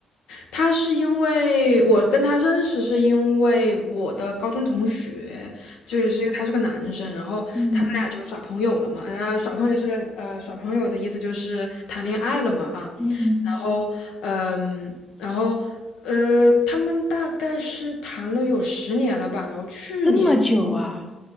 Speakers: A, on the left (about 80°); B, on the left (about 20°).
A: 她是因为我跟她认识，是因为我的高中同学，就是他是个男生，然后他们俩就耍朋友了嘛，
B: 嗯
A: 呃，耍朋友就是呃耍朋友的意思就是谈恋爱了嘛啊，
B: 嗯，
A: 然后嗯，然后呃，他们大概是谈了有十年了吧，然后去年。
B: 这么久啊？